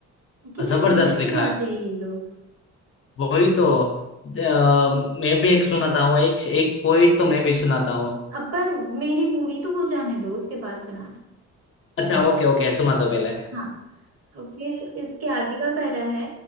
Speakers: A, on the right (about 55°); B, on the left (about 45°).
A: कितने
B: जबरदस्त
A: डीप में
B: लिखा
A: जाते
B: है
A: हैं ये लोग
B: वही तो अ, मैं भी एक सुनाता हूँ एक एक पोइट तो मैं भी सुनाता हूँ
A: अब पर मेरी पूरी तो हो जाने दो उसके बाद सुनाना
B: अच्छा ओके ओके सुना दो पहले
A: हाँ तो फिर इसके आगे का पैरा है